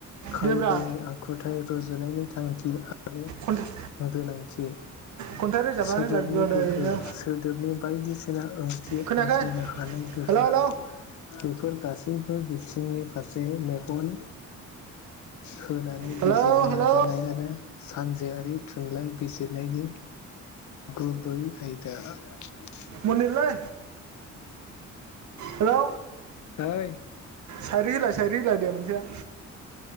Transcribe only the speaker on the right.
दे ब्रा
कन्टेक
खन्थाइ रोजाबना
होलाय गोदैनो
खोनायाखै
हेलौ हेलौ
हेलौ
हेलौ
मनिनलै हेलौ
सारि होलाय सायरि होलाय दे मोनजाया